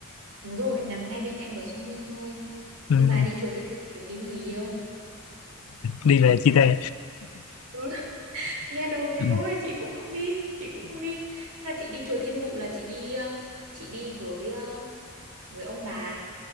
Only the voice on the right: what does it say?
đúng rồi nằm ngay bên cạnh bờ sông Hương thôi
nhưng
mà đi chùa Thiên Mụ thì đừng đi với người yêu
ừ, nghe đồn thế
thôi chị cũng không đi chị cũng không đi là chị đi chùa Thiên Mụ là chị đi ờ, chị đi với ờ, với ông bà